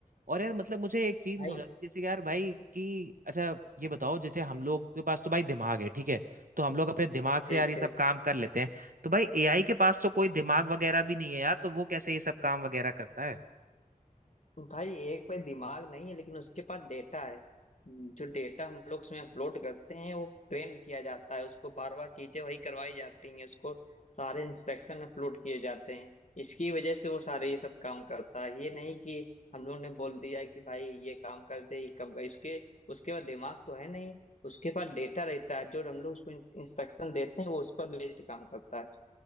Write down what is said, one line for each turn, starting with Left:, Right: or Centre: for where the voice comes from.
Right: और यार मतलब मुझे एक चीज
Left: भाई
Right: नहीं समझ आती जैसे कि यार भाई कि अच्छा ये बताओ जैसे हम लोग के पास तो भाई दिमाग है ठीक है तो हम लोग अपने दिमाग से
Left: ठीक
Right: यार ये
Left: ठीक
Right: सब काम कर लेते हैं तो भाई एआई के पास तो कोई दिमाग वगैरह भी नहीं है यार तो वो कैसे ये सब काम वगैरह करता है
Left: भाई एक पे दिमाग नहीं है लेकिन उसके पास डेटा है जो डेटा हम लोग उसमें अपलोड करते हैं वो ट्रेंड किया जाता है उसको बार बार चीजें वही करवाई जाती हैं उसको सारे इंस्ट्रक्शन अपलोड किए जाते हैं इसकी वजह से वो सारे ये सब काम करता है ये नहीं कि हम लोग ने बोल दिया है कि भाई ये काम कर दे ये कब इसके उसके बाद दिमाग तो है नहीं उसके पास डेटा रहता है जो हम लोग उसको इंस्ट्रक्शन देते हैं वो उस पर बेस्ड काम करता है